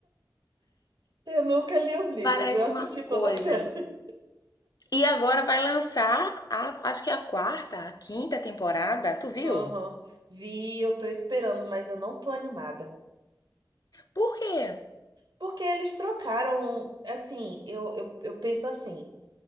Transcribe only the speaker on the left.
Parece
uma
coisa
E agora vai lançar a, acho que é a quarta, a quinta temporada. Tu viu?
Por quê?